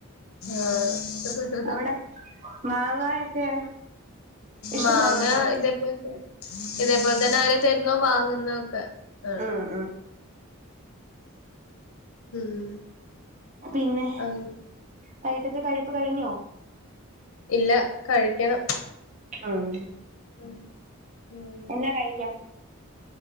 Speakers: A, on the left (about 75°); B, on the right (about 35°).
A: ആഹ്
B: അവിടെ മാങ്ങായൊക്കെ ഇഷ്ടം
A: മാങ്ങ
B: പോലെ ഉണ്ടോ
A: ഇതേപോൽ ഇതേപോലെ തന്നെ ആരേം തരുന്നോം വാങ്ങുന്നോക്കെ ആണ്
B: ഉം ഉം
A: ഉം
B: പിന്നെ
A: ആഹ്
B: വൈട്ടത്തെ കഴിപ്പ് കഴിഞ്ഞോ
A: ഇല്ല കഴിക്കണം
B: ആഹ്
A: ഉം ഉം
B: എന്നാ കഴിക്ക